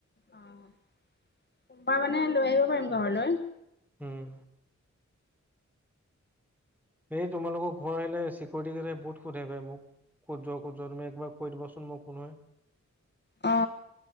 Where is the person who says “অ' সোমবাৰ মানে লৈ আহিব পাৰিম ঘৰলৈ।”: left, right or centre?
Left